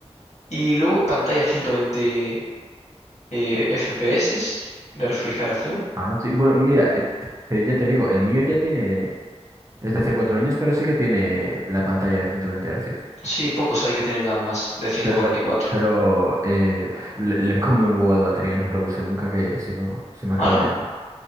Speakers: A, on the left; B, on the right.
A: Y luego pantalla ciento veinte. eh, FPS de refrigeración.
B: Ah, sí. Bueno, mira, eh, te- te- ya te digo, el mío ya tiene. Es de hace cuatro años, pero sí que tiene la pantalla de 120 hercios.
A: Sí, pocos hay que tengan más de 144.
B: Pero, da- pero eh, <laughs> le, le come un huevo de batería, no lo uso nunca, que si no se me acaba
A: Ah, no.
B: en...